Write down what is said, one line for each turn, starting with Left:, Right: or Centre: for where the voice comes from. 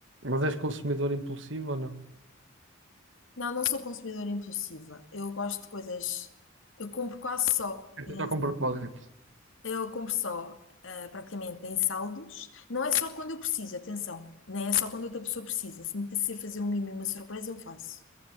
Right: Mas és consumidor impulsivo ou não?
Left: não, não sou consumidora impulsiva. Eu gosto de coisas. Eu compro quase só. em-
Right: Já com propósito.
Left: Eu compro só, ah, praticamente, em saldos. Não é só quando eu preciso, atenção. Nem é só quando outra pessoa precisa. Se me apetecer fazer um mimo e uma surpresa, eu faço.